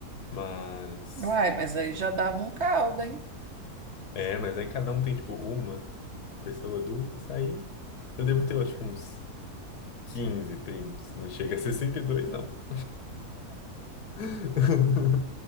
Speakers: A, on the left; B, on the right.
A: mas.
B: Uai, mas aí já dava um caldo, hein?
A: É, mas aí cada um tem tipo uma pessoa, duas, aí eu devo ter, eu acho que uns quinze primos. Não chega a <laughs> sessenta e dois não. <laughs>